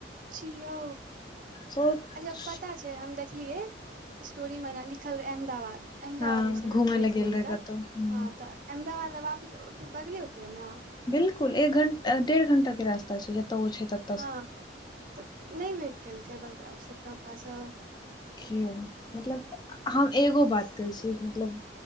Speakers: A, on the right (about 45°); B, on the left (about 25°).
A: छिऔ
B: सोच
A: अच्छा पता छै हम देखलियै स्टोरी मे लिखल रहै अहमदाबाद अहमदाबाद
B: हँ
A: मे छलनि
B: घूमय
A: बेटी
B: लए गेल
A: हुनकर
B: रहै कतहु हूं
A: ह तऽ अहमदाबाद अबापी तऽ ओते बगले ओते ने
B: बिल्कुल एक घंटा डेढ़ घण्टा के रास्ता छै जतय ओ छै त
A: हँ तऽ नहि भेट केलकै बड़का छोटका पप्पा सब
B: कियो मतलब हम एगो बात कहै छी मतलब